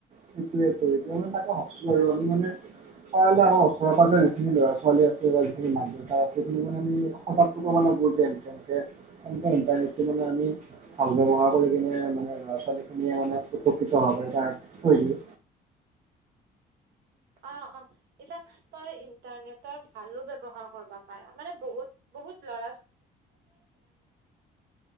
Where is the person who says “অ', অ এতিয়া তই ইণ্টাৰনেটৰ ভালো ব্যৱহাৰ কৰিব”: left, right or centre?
Right